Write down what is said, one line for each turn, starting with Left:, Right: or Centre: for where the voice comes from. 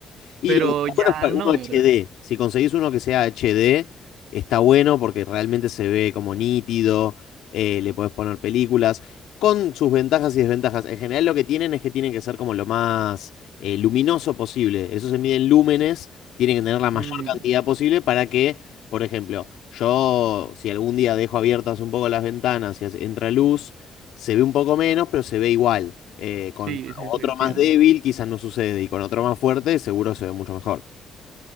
Left: Y
Right: pero
Left: lo que está
Right: ya
Left: bueno es para
Right: no,
Left: uno HD.
Right: ¿verdad?
Left: Si conseguís uno que sea HD, está bueno porque realmente se ve como nítido, eh, le podés poner películas, con sus ventajas y desventajas. En general lo que tienen es que tienen que ser como lo más eh, luminoso posible. Eso se mide en lúmenes, tienen que tener la mayor
Right: Mm,
Left: cantidad posible para que, por ejemplo, yo si algún día dejo abiertas un poco las ventanas y hace- entra luz, se ve un poco menos, pero se ve igual. eh, con
Right: sí, sí,
Left: otro
Right: sí, entiendo.
Left: más débil quizás no sucede y con otro más fuerte seguro se ve mucho mejor.